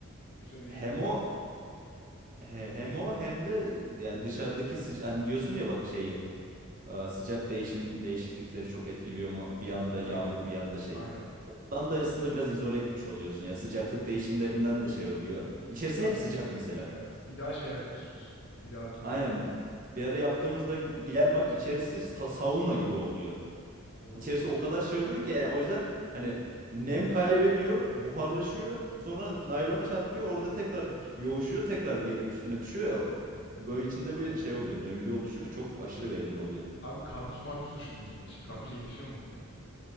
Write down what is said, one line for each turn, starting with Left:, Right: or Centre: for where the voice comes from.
Left: Üzerinde
Right: Hem
Left: yine böyle...
Right: o He- hem o hem de yani dışarıdaki sıca hani diyorsun ya bak şeyi e, sıcak değişim değişiklikleri çok etkiliyor mu bir anda yağmur
Left: Aynen.
Right: bir anda şey.
Left: Aynen.
Right: Ondan da aslında biraz izole etmiş oluyorsun ya sıcaklık değişimlerinden de şey oluyor. İçerisi
Left: İdeal.
Right: hep sıcak mesela.
Left: Evet. İdeal şeye yaklaştırıyorsun. İdeal duruma.
Right: Aynen bir ara yaptığımızda gel bak içerisi sa- sauna gibi oluyor.
Left: Olur
Right: İçerisi
Left: olur.
Right: o kadar şey oluyor ki yani o yüzden hani nem kaybediyor, buharlaşıyor. Sonra naylona çarpıyor, orada tekrar yoğuşuyor, tekrar geri üstüne düşüyor ya. Böyle içinde
Left: Aynen.
Right: bir şey oluyor, döngü oluşuyor. Çok aşırı verimli oluyor.
Left: Abi karpuz marpuz düşündünüz mü hiç? Karpuz yetişiyor mu burada?